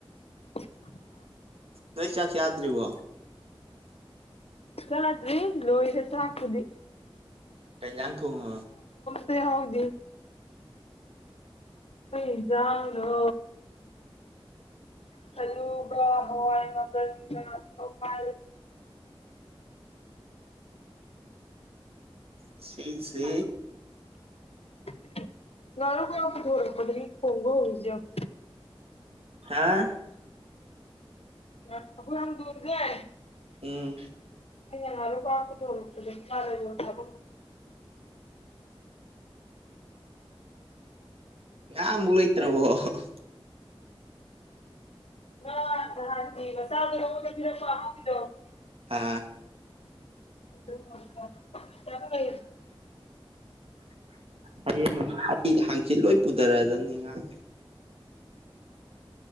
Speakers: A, on the left; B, on the right.
A: ꯎ
B: ꯅꯣꯏ ꯆꯥꯛ ꯆꯗ꯭ꯔꯤꯕꯣ <inaudible>
A: ꯆ꯭ꯔꯤ ꯂꯣꯍꯤ ꯍꯁ ꯍꯥꯀꯨꯗꯤ
B: ꯎ ꯀꯩꯅꯥꯡ ꯊꯉ
A: ꯐꯦ ꯍꯥꯎꯗꯤ ꯎ ꯌꯥꯥꯅꯣ ꯆꯂꯨꯕ ꯍꯋꯥ ꯃꯒ ꯐ
B: ꯎ ꯁꯤ ꯁꯤ
A: <inaudible> ꯅꯨ ꯀ ꯀꯗꯣꯔꯛꯄꯗ ꯍꯣꯡꯒ ꯍꯁꯤ <inaudible>
B: ꯑ
A: ꯑ ꯍꯣꯏ ꯗꯖ ꯍꯥꯏ
B: ꯎꯝ
A: ꯑ ꯑꯗꯨ ꯀꯐ ꯇꯣꯂꯛꯇꯗꯤ <unintelligible> ꯊꯞ
B: ꯉ ꯃꯡꯂꯣꯏ ꯇꯔꯕꯣ <unintelligible>
A: ꯃꯁꯥꯗ ꯑꯗꯣ
B: ꯍꯥ
A: ꯑꯗꯨ ꯈꯤꯇꯪ ꯂꯩ
B: ꯍꯌꯦꯡ ꯑꯩ ꯍꯥꯡꯆꯤꯠ ꯂꯣꯏ ꯄꯨꯊꯔꯛꯑꯗꯅꯤ ꯉꯥꯡꯅꯦ